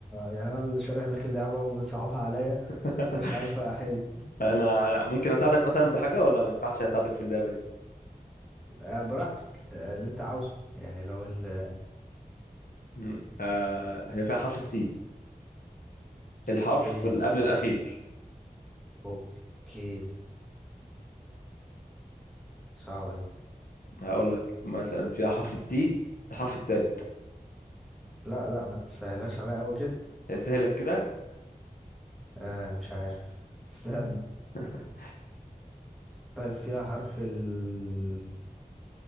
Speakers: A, in the centre; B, on the left.
A: يعني انا اللي شارح لك اللعبة وبتصعبها عليا
B: <laughs>
A: ومش عارف احل
B: انا ممكن اساعدك مثلا بحاجه ولا ما ينفعش اساعدك في اللعبه دي
A: آه براحتك آه اللي انت عاوزه يعني لو ال
B: مم. آه هي فيها حرف السي الحرف
A: اوكي
B: اللي
A: سي
B: قبل الاخير
A: اوكي صعبة دي
B: هقول لك مثلا فيها حرف التي الحرف الثالث
A: لا لا ما تسهلهاش عليا قوي كده
B: سهلت كده
A: آه مش عارف استنى
B: <laughs>
A: طيب فيها حرف ال